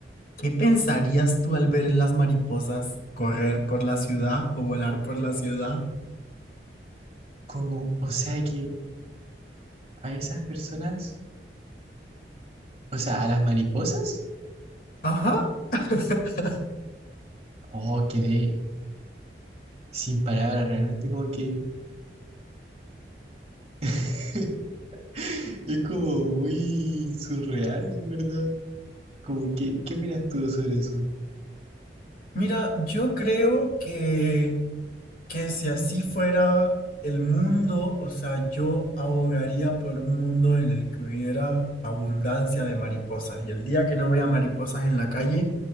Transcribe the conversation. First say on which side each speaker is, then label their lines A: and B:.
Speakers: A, on the left; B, on the right.
A: ¿Qué pensarías tú al ver las mariposas correr por la ciudad o volar por la ciudad?
B: Como, o sea que a esas personas, o sea, a las mariposas,
A: Ajá. <laughs>
B: oh, quedé sin palabras, realmente como que <laughs> es como muy surreal, en verdad. Como que, ¿qué opinas tú sobre eso?
A: Mira, yo creo que que si así fuera el mundo, o sea, yo abogaría por un mundo en el que hubiera abundancia de mariposas. Y el día que no vea mariposas en la calle,